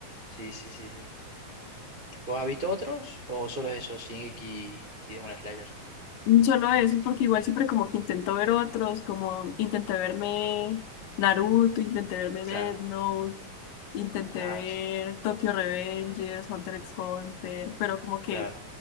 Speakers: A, on the right; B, on the left.
A: Sí, sí, sí, sí. ¿Vos has visto otros o solo esos, Shingeki y Demon Slayer?
B: Solo eso, porque igual siempre como que intento ver otros, como intenté verme Naruto, intenté verme Death
A: Claro.
B: Note, intenté
A: Ah,
B: ver
A: s-
B: Tokyo Revengers, Hunter x Hunter, pero como que
A: claro.